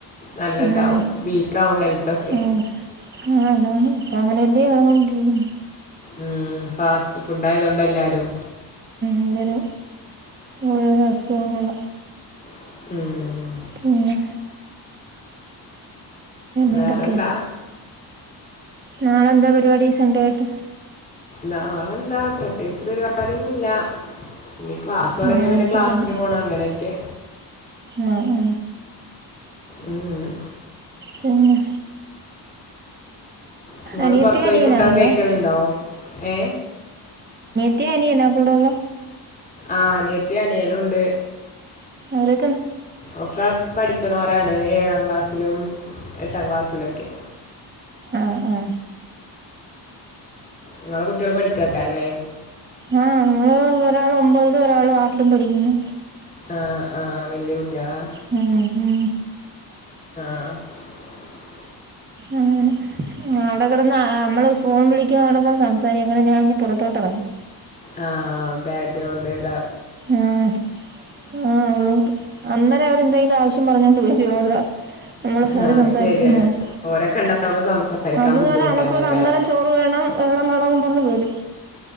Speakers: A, on the left (about 20°); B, on the right (about 25°).
A: നല്ലതാവും.
B: ഉം.
A: വീക്കാവും ഹെൽത്തൊക്കെ.
B: ഉം. ആ അതാണിപ്പൊഅങ്ങനെല്ലേ നടന്നോണ്ടിരിക്കുന്ന.
A: ഉം ഫാസ്റ്റ് ഫുഡ് ആയതോണ്ടല്ലാരും
B: എല്ലാവരും ഓരോരോ അസുഖങ്ങള
A: ഉം
B: പിന്നെ.
A: വേറെന്താ
B: ഉംന്തക്കയാ. നാളെ എന്താ പരിപാടി സണ്ടേയായിട്ട്.
A: നാളെന്താ പ്ര പ്രത്യേകിച്ച് പരിപാടിയൊന്നുല്ല. ഈ ക്ലാസ് തുടങ്ങിയാ
B: ആ
A: പിന്നെ
B: വീട്ടിൽ
A: ക്ലാസ്സിന്
B: തന്നെ
A: പോണം. അങ്ങനെയൊക്കെ
B: ആ ആ
A: ഉം
B: പിന്നെ
A: നിങ്ങളും
B: അനിയത്തി
A: പൊറത്തു പോയി
B: അനിയനാണല്ലോ
A: ഫുഡൊക്കെ കഴിക്കലുണ്ടോ? ഏ
B: ഏ അനിയനകൂടെള്ളെ.
A: ആഹ് അനിയത്തി അനിയനുണ്ട്.
B: അവര്
A: ഒക്കെ പഠിക്കണോരാണ് ഏഴാം ക്ലാസ്. ക്ലാസ്സിലും എട്ടാം ക്ലാസ്സിലൊക്കെ
B: ആ ആ
A: ങ്ങളെ കുട്ടികൾ പഠിക്കക്കാറല്ലേ
B: ആഹ നമ്മള് ഒരാൾ ഒമ്പതിലും ഒരാൾ ആറിലും പഠിക്കുന്നു
A: ആ ആ വല്ല്യ <unintelligible>
B: ഹം ഹം
A: ആ
B: അങ്ങനെ അയുടെ കെടന്ന് ആ അമ്മൾ ഫോൺ വിളിക്ക്ണെ കാണുമ്പോ സംസാരിക്കും അങ്ങനെ ഞാൻ ഇഞ്ഞ് പൊറത്തോട്ടെറങ്ങി
A: ആ ബാക്ഗ്രൗണ്ട് താ
B: ഉം ആ അതുകൊണ്ട് അന്നേരം അവരെന്തെങ്കിലും ആവശ്യം പറഞ്ഞോണ്ട് വരും അതാ നമ്മൾ
A: അത്
B: ഫോണീ സംസാരിക്കുന്നേരം
A: ശരിയാണ് ഓരൊക്കെ ഉണ്ടാകുമ്പോ സംസാരിക്കാൻ
B: അതുവരെ
A: ബുദ്ധിമുട്ട്
B: അനക്കൊ
A: തന്നെ
B: ഇല്ല
A: കാരം
B: അന്നേരം ചോറ് വേണം വെള്ളം വേണോന്ന് പറഞ്ഞ് വരും